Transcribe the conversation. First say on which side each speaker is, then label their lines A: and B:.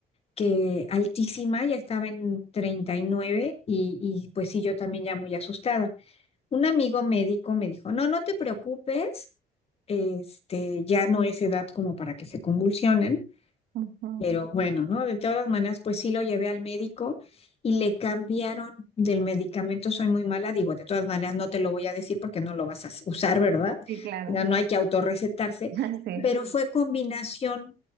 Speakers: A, on the left; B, on the right.
A: que altísima, ya estaba en 39 y, nueve y y pues sí, yo también ya muy asustada. Un amigo médico me dijo, no, no te preocupes, este, ya no es edad como para que se convulsionen
B: ujú.
A: pero bueno, ¿no? De todas maneras, pues sí lo llevé al médico y le cambiaron del medicamento. Soy muy mala, digo, de todas maneras no te lo voy a decir porque no lo vas a s- usar, ¿verdad?
B: Sí, claro.
A: Ya no hay que autorrecetarse,
B: <laughs> Sí.
A: pero fue combinación